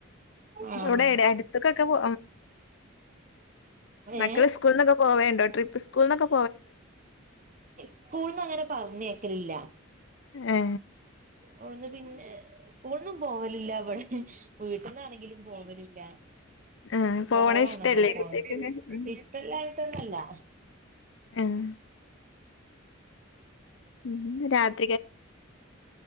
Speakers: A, on the right; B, on the left.
A: ആഹ്
B: ഇവിടെ അടുത്തൊക്കൊക്കെ പോ
A: ഏ
B: മക്കള് സ്കൂളന്നൊക്കെ പോവേണ്ടോ ട്രിപ്പ് സ്കൂളന്നൊക്കെ
A: സ്കൂളന്ന് അങ്ങനെ പറഞ്ഞയ്ക്ക ലില്ല
B: ഏ
A: അവിന്ന് പിന്നെ സ്കൂളന്നും പോവലില്ല അവിടെ വീട്ടന്നാണെങ്കിലും പോവലില്ല
B: ആഹ് പോവണ
A: കൊറവാണ
B: ഇഷ്ടല്ലേ
A: അങ്ങനെ പോണത്
B: കുട്ടികക്കൊക്കെ ഉം
A: ഇഷ്ടല്ലായിട്ടൊന്നല്ല <inaudible> <inaudible>
B: ആഹ് ഉം രാത്